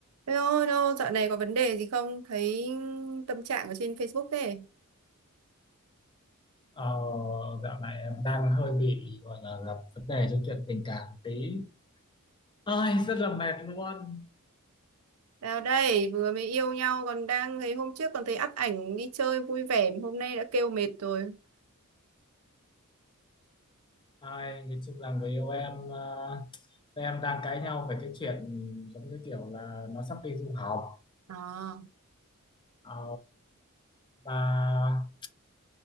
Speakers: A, on the right; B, on the left.
A: Hello, hello, dạo này có vấn đề gì không? Thấy tâm trạng ở trên Facebook thế.
B: Ờ, dạo này em đang hơi bị gọi là gặp vấn đề trong chuyện tình cảm tí ơi rất là mệt luôn
A: Nào đây, vừa mới yêu nhau còn đang thấy hôm trước còn thấy up ảnh đi chơi vui vẻ, hôm nay đã kêu mệt rồi.
B: ai nhìn chung là người yêu em ờ, tụi em đang cãi nhau về cái chuyện giống như kiểu là nó sắp đi du học
A: À,
B: Ờ, và